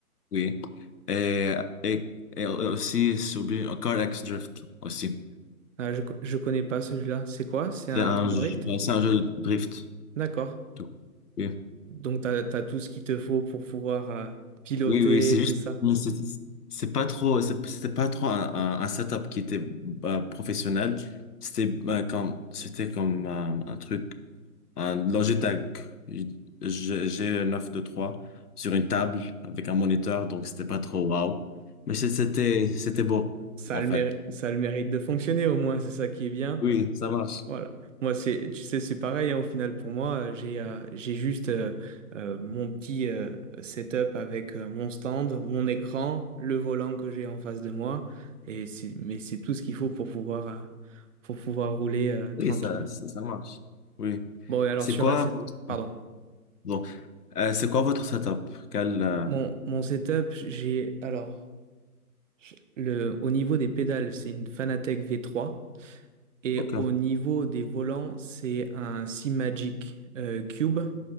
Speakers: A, on the left (about 80°); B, on the right (about 55°).
A: oui. Et, et, et aussi, j'ai oublié, Car X Drift aussi.
B: Ah, je, co- je connais pas celui-là. C'est quoi? C'est
A: C'est
B: un
A: un,
B: truc
A: jeu-
B: de drift?
A: ouais, c'est un jeu de drift.
B: D'accord.
A: tout. Oui,
B: Donc, t'as, t'as tout ce qu'il te faut pour pouvoir euh, piloter
A: oui, oui, c'est
B: et
A: juste,
B: tout ça.
A: mais c'est c'est pas trop, c'est c'était pas trop un, un, un setup qui était bah, professionnel. C'était bah, comme, c'était comme euh, un truc. un Logitech. J'ai j'ai un 923 sur une table avec un moniteur, donc c'était pas trop wow. Mais c'est- c'était, c'était beau,
B: Ça
A: en
B: a le
A: fait.
B: méri- ça a le mérite de fonctionner au moins, c'est ça qui est bien.
A: Oui, ça marche.
B: Euh, Voilà. Moi, c'est, tu sais, c'est pareil, hein, au final, pour moi, euh, j'ai euh, j'ai juste euh, euh, mon petit euh, setup avec euh, mon stand, mon écran, le volant que j'ai en face de moi, et c'est, mais c'est tout ce qu'il faut pour pouvoir, euh, pour pouvoir rouler euh, tranquillement.
A: Oui, ça, ça, ça marche. Oui.
B: Bon, et alors,
A: C'est
B: sur
A: quoi
B: un set-
A: votre...
B: pardon,
A: Bon. Euh, c'est quoi votre setup? Quel, euh,
B: mon, mon setup, j'ai, alors, j'ai- le, au niveau des pédales, c'est une Fanatec V3. Et
A: Ok,
B: au niveau des volants, c'est un Seamagic euh, Cube.